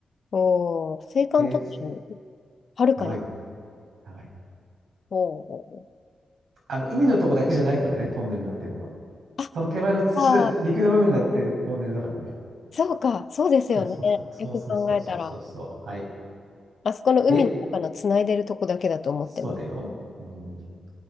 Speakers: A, on the left (about 55°); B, on the right (about 80°).
A: おー、青函トンネル、
B: で、
A: はるかに。
B: 長いよ。長い。
A: おー。
B: あの、海のとこだけじゃないからね、トンネルになってるのは。
A: あ、
B: その手前の土の、
A: あー
B: 陸の部分だってトンネルだからね。
A: そうか、そうですよね。
B: そうそうそう、そうそうそうそうそうそう。
A: よく考えたら。
B: はい。
A: あそこの海の中のつないでるとこだけだと思ってます。
B: で、そうだよ。うん。